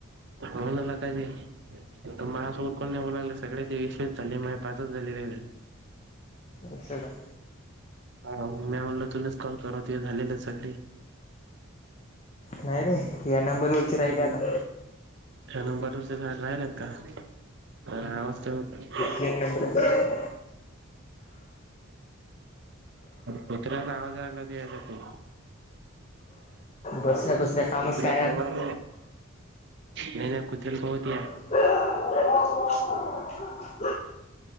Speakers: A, on the right; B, on the left.
A: होनला काजे म असं उतकून नऊ लागले सग्या ते वसेच झाले पाच झाले र.
B: बशला.
A: हो मी म्हणलं तुलाच कॉल करा त झालेलं सगळी
B: नाही रे या नंबरवररची राहिली आता
A: ह नंबर वरष सा राहिलात का तर हवाज होत.
B: तंतर
A: कुत्र्याचा आवाजार न याच तू
B: बसल्या तसल्या कामच
A: कुत्र्याला
B: टार
A: पळवार नाही नाही ख दिन ब होत.
B: तर